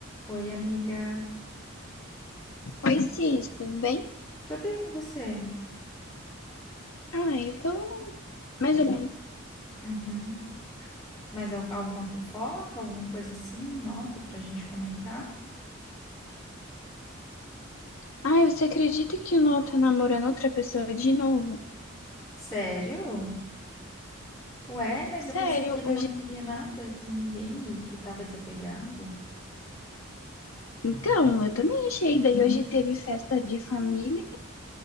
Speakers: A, on the left; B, on the left.
A: Oi, amiga.
B: Oi, Cis, tudo bem?
A: Tô bem, e você?
B: Ah, eu tô mais ou menos.
A: Uhum. Mas al- alguma fofoca, alguma coisa assim nova pra gente comentar?
B: Ai, você acredita que o Noah tá namorando outra pessoa de novo?
A: Sério? Ué, mas
B: Sério,
A: eu pensei que ele
B: hoje.
A: não queria nada com ninguém e que tava desapegado.
B: Então, eu também achei. Daí hoje teve festa de família